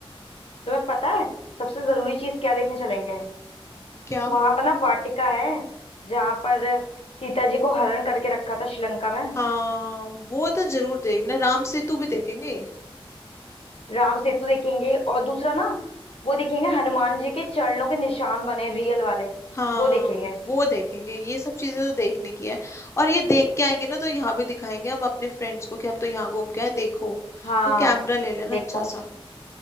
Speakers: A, on the left (about 80°); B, on the left (about 30°).
A: तुम्हें पता है सबसे जरूरी चीज क्या देखने चलेंगे
B: क्या
A: वहां पर ना वाटिका है जहां पर सीता जी को हरण करके रखा था श्रीलंका में
B: हाँ वो तो जरूर देखना राम सेतु भी देखेंगे
A: राम सेतु देखेंगे और दूसरा ना वो देखेंगे हनुमान जी के चरणों के निशान बने रियल वाले
B: हाँ
A: वो देखेंगे
B: वो देखेंगे ये सब चीजें तो देखने की है और ये देख के आएंगे ना तो यहाँ भी दिखाएंगे हम अपने फ्रेंड्स को कि हम तो यहाँ घूम के आए देखो
A: हाँ
B: तो कैमरा ले लेना
A: देखो
B: अच्छा सा